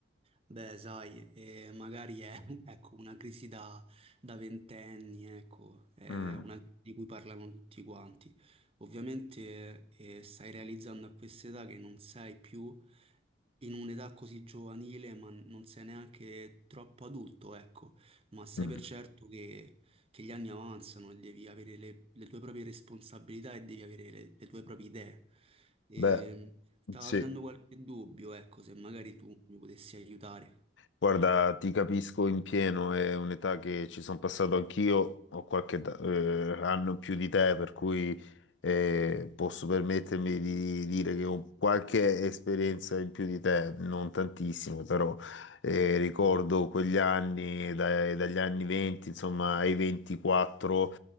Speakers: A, on the right; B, on the left.
A: Beh, sai, eh, magari è <laughs> ecco, una crisi da, da ventenni, ecco, è
B: Mm,
A: una crisi di cui parlano tutti quanti. Ovviamente eh, stai realizzando a questa età che non sei più in un'età così giovanile, ma non sei neanche troppo adulto, ecco, ma sai
B: mm,
A: per certo che che gli anni avanzano e devi avere le, le tue proprie responsabilità e devi avere le, le tue proprie idee. E,
B: beh,
A: stavo
B: sì.
A: avendo qualche dubbio, ecco, se magari tu mi potessi aiutare.
B: Guarda, ti capisco in pieno, è un'età che ci sono passato anch'io, ho qualche età- eh, anno in più di te, per cui eh, posso permettermi di dire che ho qualche esperienza in più di te, non tantissimo, però eh, ricordo quegli anni, dai- dagli anni 20, insomma, ai 24,